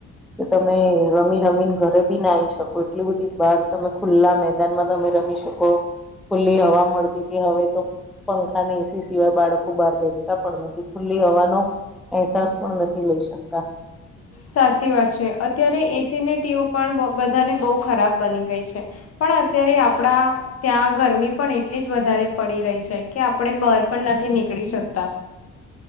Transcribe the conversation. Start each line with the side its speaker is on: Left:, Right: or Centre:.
Centre: કે તમે રમી રમીને ઘરે બી ના આયી શકો એટલી બધી વાર તમે ખુલ્લા મેદાન માં તમે રમી શકો. ખુલ્લી હવા મળતી હતી હવે તો પંખા ની એસી સિવાય બાળકો બહાર બેસ પણ નથી ખુલ્લી હવાનો અહેસાસ પણ નથી લઈ શકતા.
Left: સાચી વાત છે અત્યારે એસી ની ટેવુ પણ બધાને બહુ ખરાબ બની ગઈ છે. પણ પણ અત્યારે આપણા ત્યાં ગરમી પણ, એટલી જ વધારે પડી રહી છે. કે આપણે બાર પણ નથી નીકળી શકતા.